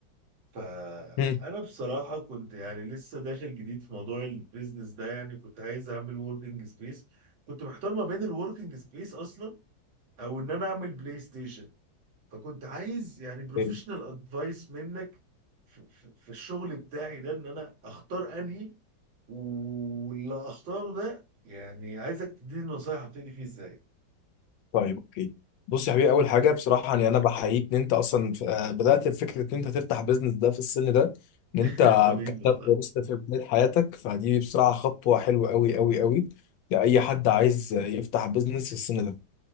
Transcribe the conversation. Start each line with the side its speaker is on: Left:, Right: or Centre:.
Right: فانا
Left: هم.
Right: بصراحه كنت يعني لسه داخل جديد في موضوع البيزنس ده يعني كنت عايز اعمل وركينج سبيس كنت محتار ما بين الوركينج سبيس اصلا او ان انا اعمل بلاي ستيشن فكنت عايز يعني بروفيشنال
Left: طيب
Right: ادفايس منك في في- في الشغل بتاعي ده ان انا اختار انهي واللي اختاره ده يعني عايزك تديني نصايح ابتدي فيه ازاي
Left: طيب، اوكي بص يا حبيبي اول حاجه بصراحه يعني انا بحييك ان انت اصلا ف- آه، بدات بفكره ان انت تفتح بيزنس ده في السن ده ان
Right: <laughs>
Left: انت
Right: حبيبي
Left: كتبت
Right: والله
Left: ولسه في بدايه حياتك فدي بصراحه خطوه حلوه قوي قوي قوي لاي حد عايز يفتح بيزنس في السن ده